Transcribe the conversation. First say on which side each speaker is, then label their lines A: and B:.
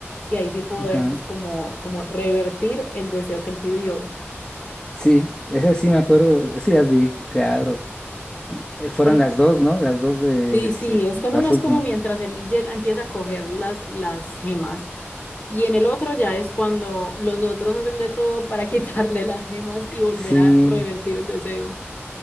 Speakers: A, on the left (about 40°); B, on the left (about 20°).
A: y ahí sí poder
B: Ajá.
A: pues como, como revertir el deseo que él pidió.
B: Sí, esas sí me acuerdo, sí las vi, claro. Eh, Fueron
A: Por ej-
B: las dos, ¿no? Las dos de
A: sí,
B: este,
A: sí, es que en
B: las
A: una es
B: últimas.
A: como mientras él llega, empieza a coger las, las gemas y en el otro ya es cuando los otros hacen de todo para <laughs> quitarle las gemas y volver
B: Sí,
A: a revertir el deseo.